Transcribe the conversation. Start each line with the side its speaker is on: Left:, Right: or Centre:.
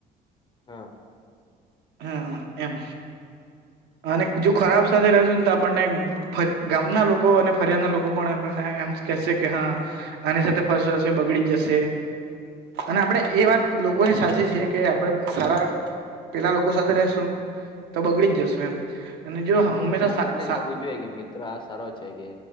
Left: હા
Right: હા એમ અને જો ખરાબ સાથે રહેશું ને તો આપણને ગામના લોકો અને ફરિયાના લોકો પણ એમ એમ કેશે કે હા આની સાથે ફરસ વશે બગડી જ જશે. અને આપણેે એ વાત લોકોની સાચી છે, કે આપડ સારા પેલા લોકો સાથે રશું તો બગડી જ જશુ એમ અને હંમેશા
Left: જો આપણને
Right: સા સા
Left: લાગવું જોઈએ કે મિત્ર આ સારો છે કે